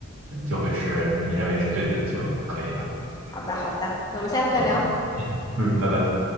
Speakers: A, on the right (about 60°); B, on the left (about 15°).
A: 就会是你认为是对的就可以了。
B: 好的，好的，那我们下次再聊。
A: 好的，嗯，拜拜。